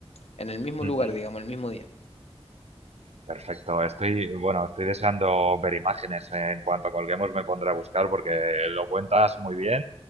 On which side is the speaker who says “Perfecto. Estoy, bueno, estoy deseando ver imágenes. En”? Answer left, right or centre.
Right